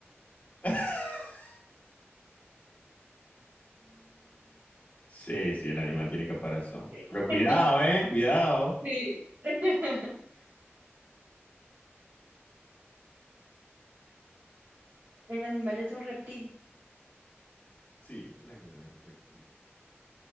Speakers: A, on the left; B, on the right.
A: <laughs> Sí, sí, el animal tiene caparazón.
B: <laughs>
A: Pero cuidado, ¿eh? Cuidado.
B: Sí. <laughs> El animal es un reptil.
A: Sí, el animal es un reptil.